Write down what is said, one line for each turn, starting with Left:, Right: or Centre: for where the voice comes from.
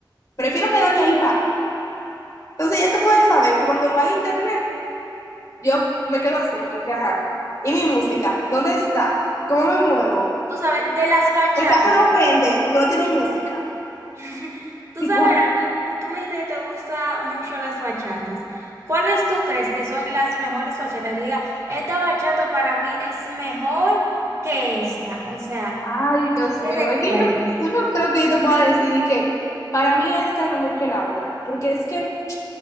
Left: Prefiero quedarme ahí para. Entonces ya tú puedes saber, cuando no hay internet, Yo me quedo así, como que, ajá. ¿Y mi música? ¿Dónde está? ¿Cómo me muevo?
Right: Tú sabes, de las bachatas.
Left: El carro no prende porque no tiene música. <laughs>
Right: <laughs> Tú
Left: Tipo,
Right: sabes algo, tú me dijiste que te gustan mucho las bachatas. ¿Cuáles tú crees que son las mejores bachatas? Que tú digas, esta bachata para mí es mejor que esta. O sea,
Left: ay,
Right: que tú
Left: Dios
Right: te
Left: mío.
Right: recuerdes.
Left: Es que yo no, yo no creo que yo te pueda decir y que para mí esta es mejor que la otra. Porque es que, o